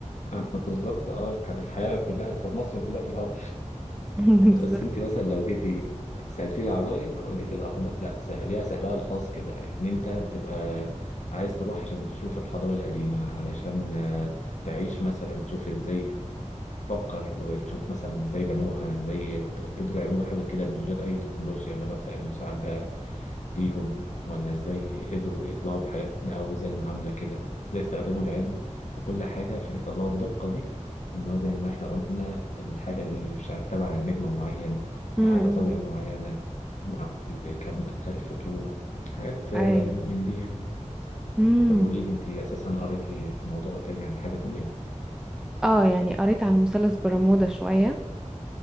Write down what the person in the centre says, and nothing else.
<laughs>
بالظبط
امم
ايوه ايوه
امم
اه يعني قريت عن مثلث برمودا شوية